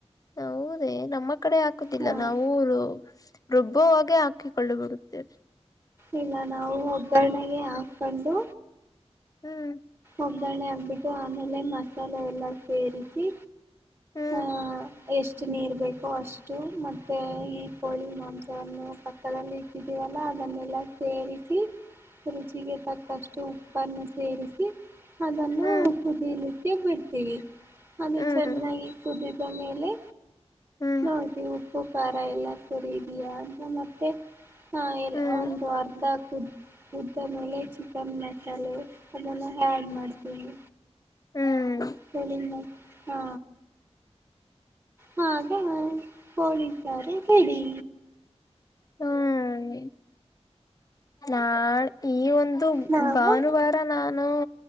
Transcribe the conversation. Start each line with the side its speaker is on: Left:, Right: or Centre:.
Left: ಹ ಊದೇ ನಮ್ಮ ಕಡೆ ಹಾಕುದಿಲ್ಲ
Right: ಹಾಂ
Left: ನಾವ ಊರು ರುಬ್ಬುವಾಗೆ ಹಾಕಿಕೊಳ್ಳು ಬಿಡುತ್ತೇವೆ
Right: ಇಲ್ಲ ನಾವು ಒಗ್ಗರಣೆಗೆ ಹಾಕೊಂಡು
Left: ಹ್ಮ್
Right: ಒಗ್ಗರಣೆ ಆಗ್ಬಿಟ್ಟು ಆಮೇಲೆ ಮಸಾಲೆ ಎಲ್ಲ ಸೇರಿಸಿ
Left: ಹ್ಮ್
Right: ಆ ಎಷ್ಟು ನೀರು ಬೇಕೋ ಅಷ್ಟು ಮತ್ತು ಈ ಕೋಳಿ ಮಾಂಸವನ್ನು ಪಕ್ಕದಲ್ಲಿ ವಲ್ಲ ಅದನ್ನೆಲ್ಲ ಸೇರಿಸಿ ರುಚಿಗೆ ತಕ್ಕಷ್ಟು ಉಪ್ಪನ್ನು ಸೇರಿಸಿ ಅದನ್ನು
Left: ಹ್ಮ್
Right: ಲಿಕ್ಕೆ ಬಿಡ್ತೀವಿ ಅದು
Left: ಹ್ಮ್
Right: ಚೆನ್ನಾಗಿ
Left: ಹ್ಮ್
Right: ಕುದಿದ ಮೇಲೆ
Left: ಹ್ಮ್
Right: ಹೌದದು ಉಪ್ಪು ಖಾರ ಎಲ್ಲ ಸರಿದ್ಯಾ ಅಂತ ಮತ್ತೆ ಹಾ ಇ
Left: ಹ್ಮ್
Right: ಒಂದು ಅರ್ಧ ಆಗ್ತುದು ಉದ್ದ ಮೇಲೆ ಚಿಕನ್ ಮಸಾಲೆ ಅದನ್ನು ಆ್ಯಡ್ ಮಾಡ್ತೀವಿ
Left: ಹ್ಮ್
Right: ಕ ಹಾ ಹಾಗೆ ಪೊಲೀಸರ ಹೇಳಿ
Left: ಹ್ಮ್ ನಾ ಈ ಒಂದು ಒಂದು
Right: ನಾವು
Left: ಭಾನುವಾರ ನಾನು